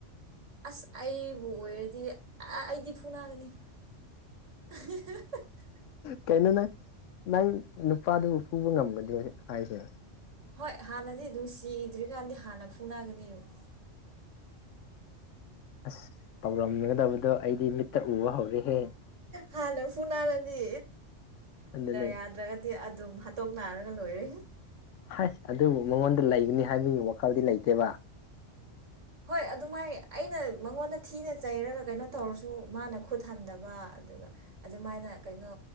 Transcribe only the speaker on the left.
ꯀꯩꯅꯣ ꯅꯪ ꯅꯪ ꯅꯨꯄꯥꯗꯨꯕꯨ ꯐꯨꯕ ꯉꯝꯒꯗ꯭ꯔꯦ ꯍꯥꯏꯁꯦ
ꯑꯁ ꯇꯧꯔꯝꯒꯗꯕꯗꯣ ꯑꯩꯗꯤ ꯃꯤꯠꯇ ꯎ ꯋꯥ ꯍꯧꯒ ꯍꯦ
ꯑꯗꯨꯅꯦ
ꯍꯥꯏꯁ ꯑꯗꯨꯕꯨ ꯃꯉꯣꯟꯗ ꯂꯩꯒꯅꯤ ꯍꯥꯏꯕꯒꯤ ꯋꯥꯈꯜꯗꯤ ꯂꯩꯇꯦꯕ